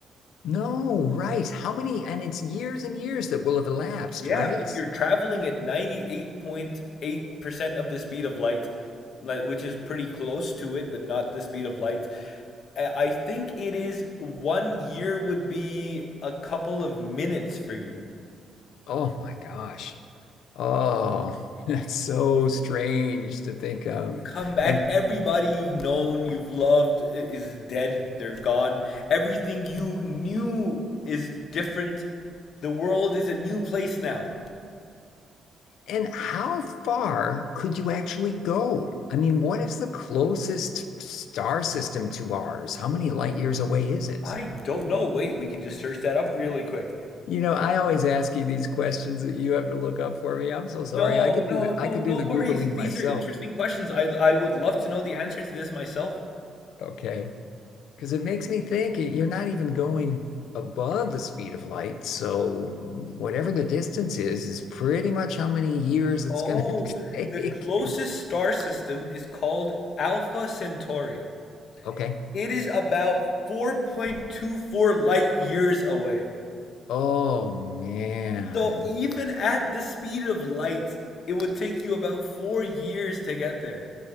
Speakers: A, on the left (about 80°); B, on the left (about 60°).
A: no, right. How many, and it's years and years that will have elapsed,
B: Yeah,
A: right?
B: if you're traveling at 98.8% of the speed of light, like- which is pretty close to it, but not the speed of light, I I think it is one year would be a couple of minutes for you.
A: Oh my gosh. Oh, <laughs> that's so strange to think of.
B: You come back,
A: And
B: everybody you've known, you've loved i- is dead, they're gone. Everything you knew is different. The world is a new place now.
A: and how far could you actually go? I mean, what is the closest star system to ours? How many light years away is it?
B: I don't know. Wait, we can just search that up really quick.
A: You know, I always ask you these questions that you have to look up for me. I'm so sorry.
B: No,
A: I could
B: no,
A: do the
B: no,
A: I could
B: no
A: do the
B: worries.
A: Googling
B: These
A: myself,
B: are interesting questions. I I would love to know the answer to this myself.
A: okay? Because it makes me think you're not even going above the speed of light. So whatever the distance is, is pretty much how many years it's
B: Oh,
A: gonna <laughs> take
B: the closest
A: you.
B: star system is called Alpha Centauri.
A: Okay.
B: It is about 4.24 light years away.
A: Oh man.
B: So even at the speed of light, it would take you about four years to get there.